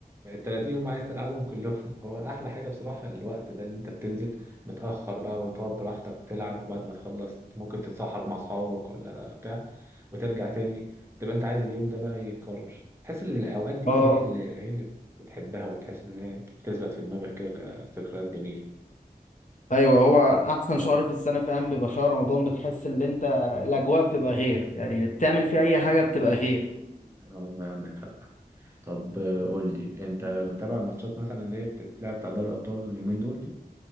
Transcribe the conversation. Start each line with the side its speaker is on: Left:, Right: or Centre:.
Right: ال 30 يوم عايز تلعبهم كلهم <laughs> هو احلى حاجه بصراحه الوقت ده ان انت بتنزل متاخر بقى وتقعد براحتك تلعب وبعد ما تخلص ممكن تتسحر مع اصحابك ولا بتاع وترجع تاني تبقى انت عايز اليوم ده بقى يتكرر تحس ان الاوقات دي
Left: اه
Right: هي اللي هي اللي بتحبها وتحس ان هي بتثبت في دماغك كده كذكريات جميله
Left: ايوه هو احسن شهر في السنه فعلا بيبقى شهر رمضان بتحس ان انت الاجواء بتبقى غير يعني بتعمل فيه اي حاجه بتبقى غير
Right: آه والله عندك حق طب آه، قول لي انت متابع الماتشات مثلا اللي هي بتتلعب بتاع دوري الابطال اليومين دول